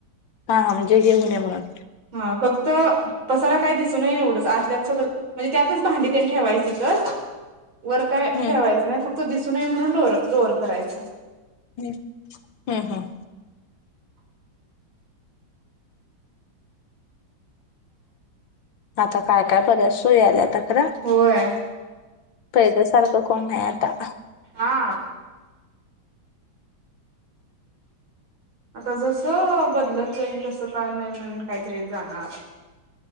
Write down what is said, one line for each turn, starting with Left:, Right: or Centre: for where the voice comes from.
Left: हा हा म्हणजे घेऊनये म्हणून
Right: हा फक्त पसार काय दिसू नये एवढंच आतल्यात सगळं म्हणजे त्यातच भांडी त्यांनी ठेवायची तर वर काय
Left: हम्म
Right: ठेवायचं नाही फक्त दिसू नये म्हणून डो डोअर करायचं
Left: हम्म हम्म हम् आता काय काय बर्या सोय आल्या आता खरं
Right: होय.
Left: फयद सारखं कोण नाही आता
Right: हा आता जसं बदलत जाईल तसं का नवीन नवीन काहीतरी जाणार